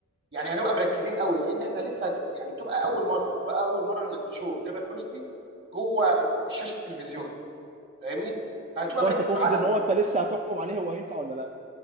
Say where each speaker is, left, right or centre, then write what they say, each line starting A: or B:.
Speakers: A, on the right; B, on the right.
A: يعني هنبقى مركزين قوي لان احنا لسه هتب... يعني بتبقى اول مره بتبقى اول مره انك تشوف تامر حسني جوه شاشه التلفزيون فاهمني فهتبقى
B: فاللي هو
A: مركز
B: انت تقصد
A: معاه قوي
B: ان هو انت لسه هتحكم عليه هو ينفع ولا